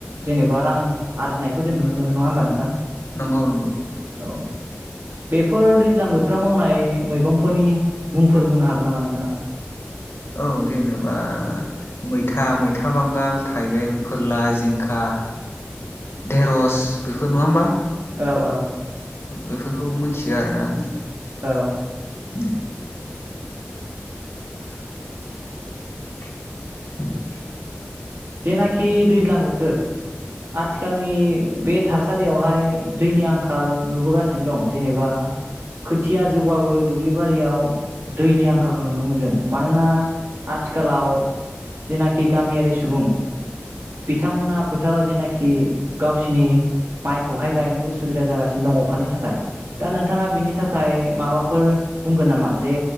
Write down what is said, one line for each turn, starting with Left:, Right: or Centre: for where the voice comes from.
Right: जेनेबा रां आरजिनायखौ जों नुनो मोनो नङा होमबा नोंथां?
Left: नंगौ नंगौ।
Right: औ बेफोर दैज्लां बोथोराव मावनाय मैगंफोरनि मुंफोर बुंनो हागोन नामा नों
Left: औ जेनेबा मैथा, मैथा बांगाल, थाइबें, फोरला, जिंखा, धेरहस बेफोर नङा होमबा?
Right: औ औ
Left: बेफोरखौ मिथियो आरोना आङो।
Right: औ।
Left: उम। <inaudible>
Right: जेनाखि दैज्लां बोथोर आथिखालनि बे थासारियावहाय दैनि आंखाल नुबोगासिनो दं जेनेबा खोथिया जौबाबो दुब्लिबारियाव दैनि आंखालखौ नुनो मोनदों मानोना आथिखालाव जेनाखि गामियारि सुबुं बिथांमोना फोथाराव जेनाखि गावसिनि माइखौहाय गायनो उसुबिदा जागासिनो दं अखानि थाखाय दा नोंथाङा बेनि थाखाय माबाफोर बुंगोन नामा जे